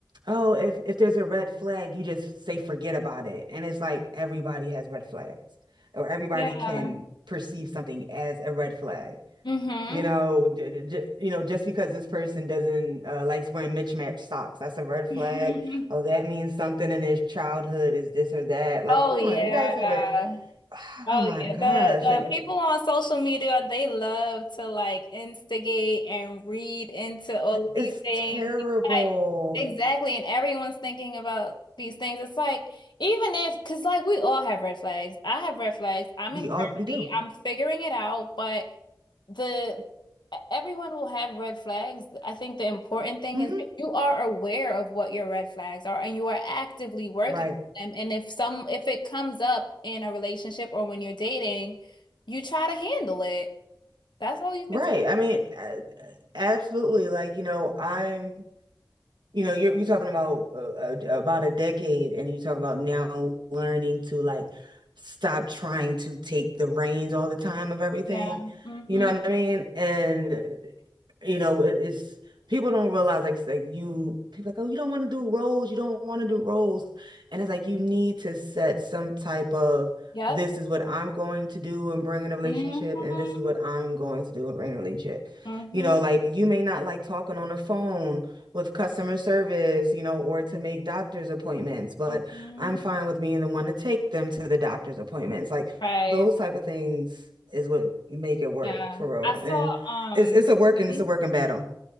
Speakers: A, on the right; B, on the left.
A: oh, if if there's a red flag, you just say forget about it. And it's like everybody has red flags, or everybody
B: Yeah.
A: can perceive something as a red flag
B: mm
A: You know, j j you know, just because this person doesn't uh, likes wearing mismatched socks, that's a red
B: hmm
A: flag.
B: <laughs>
A: Oh, that means something in his childhood is this or that. Like,
B: Oh
A: come
B: yeah.
A: on, you guys gotta. <sighs>
B: Oh
A: Oh my
B: yeah,
A: gosh,
B: the
A: like
B: the people on social media, they love to like instigate and read into all of
A: it's
B: these things.
A: terrible.
B: It's Like, exactly, and everyone's thinking about these things. It's like even if, because like we all have red flags. I have red flags. I'm
A: We
B: in
A: all
B: therapy.
A: we do.
B: I'm figuring it out, but the e, everyone will have red flags. I think the important thing
A: hmm
B: is that you are aware of what your red flags are and you are actively working
A: Right,
B: with them. And if some if it comes up in a relationship or when you're dating, you try to handle it. That's all you
A: right.
B: can do.
A: I mean, a- absolutely. Like, you know, I'm you know, you're you're talking about uh, uh, about a decade, and you talk about now learning to like stop trying to take the reins all the time of everything.
B: Yeah. hmm
A: You know what I mean? And you know, it is people don't realize like it's like you people like, oh, you don't want to do roles, you don't want to do roles, and it's like you need to set some type of
B: Yep.
A: this is what I'm going to do and bring in a relationship,
B: hmm
A: and this is what I'm going to do and bring in a relationship.
B: hmm
A: You know, like you may not like talking on the phone with customer service, you know, or to make doctor's appointments, but
B: hmm
A: I'm fine with being the one to take them to the doctor's appointments. Like
B: Right.
A: those type of things is what make it work
B: Yeah.
A: for
B: I
A: real. And
B: saw um
A: it's it's a working,
B: mhm.
A: it's a working battle.